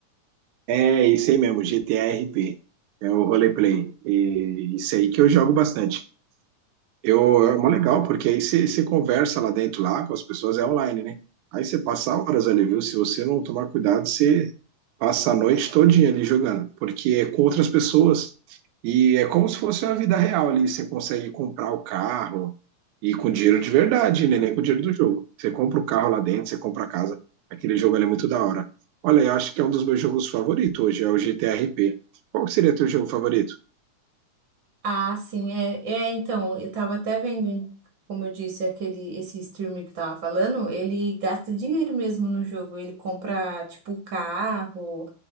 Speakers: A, on the right; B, on the right.
A: É, isso aí mesmo, GTA RP. É o roleplay. E isso aí que eu jogo bastante. Eu, é mó legal, porque aí você você conversa lá dentro, lá com as pessoas, é online, né? Aí você passa horas ali, viu? Se você não tomar cuidado, você passa a noite todinha ali jogando, porque é com outras pessoas e é como se fosse uma vida real ali. Você consegue comprar o carro e com dinheiro de verdade, né? Nem com dinheiro do jogo. Você compra o carro lá dentro, você compra a casa. Aquele jogo ali é muito da hora. Olha, eu acho que é um dos meus jogos favoritos hoje, é o GTRP. Qual que seria teu jogo favorito?
B: Ah, sim, é, é, então, eu tava até vendo, em- como eu disse, aquele, esse streamer que eu tava falando, ele gasta dinheiro mesmo no jogo, ele compra, tipo, carro,